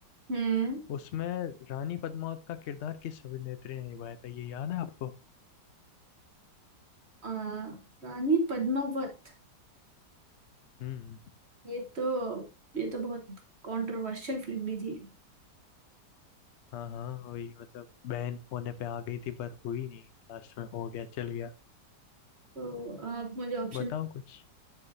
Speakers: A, on the right; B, on the left.
A: हम्म
B: उसमें रानी पद्मावत का किरदार किस अभिनेत्री ने निभाया था ये याद है आपको
A: आ, रानी पद्मावत
B: हम्म
A: ये तो ये तो बहुत कंट्रोवर्शियल फिल्म भी थी
B: हाँ हाँ वही मतलब बहन होने पे आ गई थी पर हुई नहीं लास्ट में हो गया चल गया
A: तो आप मुझे ऑप्शन
B: बताओ कुछ